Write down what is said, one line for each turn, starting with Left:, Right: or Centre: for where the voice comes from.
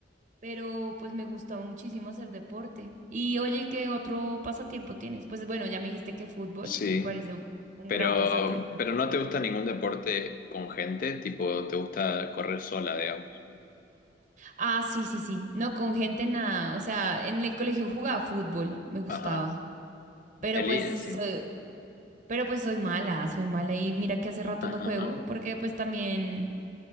Right: Pero pues me gusta muchísimo hacer deporte. Y oye, ¿qué otro pasatiempo tienes? Pues bueno, ya me dijiste que fútbol,
Left: Sí.
Right: que me parece un, un
Left: Pero,
Right: gran pasatiempo.
Left: pero no te gusta ningún deporte con gente, tipo, te gusta correr sola, digamos.
Right: Ah, sí, sí, sí. No, con gente nada. O sea, en el colegio jugaba fútbol, me gustaba.
Left: Ajá.
Right: Pero
Left: El
Right: pues
Left: in-
Right: so-
Left: sí.
Right: Pero pues soy mala, soy mala y mira que hace rato
Left: <laughs>
Right: no
Left: Ajá,
Right: juego
Left: ajá.
Right: porque pues también,